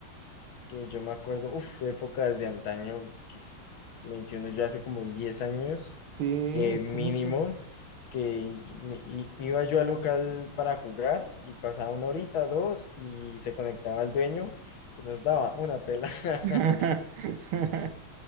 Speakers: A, on the left; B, on the right.
A: que yo me acuerdo, uff, épocas de antaño, que menciono yo hace como 10 años
B: Sí,
A: eh,
B: es
A: mínimo,
B: que mucho.
A: que me- i- iba yo al local para jugar y pasaba una horita, dos, y se conectaba el dueño y nos daba una pela. <laughs>
B: <laughs>